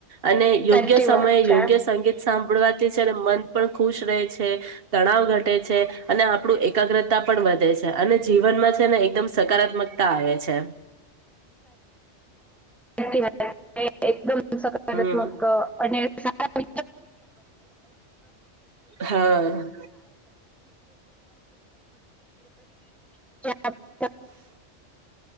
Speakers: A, on the right (about 55°); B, in the centre.
A: અને
B: સાચી
A: યોગ્ય સમયે
B: વાત છે
A: યોગ્ય સંગીત સાંભળવા તે છે ને મન પણ ખુશ રહે છે તણાવ ઘટે છે અને આપણું એકાગ્રતા પણ વ ધે છે અને જીવનમાં છે ને એકદમ સકારાત્મકતા આવે છે.
B: <inaudible> એકદમ સકારાત્મક
A: હમ
B: અને સારા
A: હા
B: <unintelligible> <inaudible> <inaudible> <inaudible>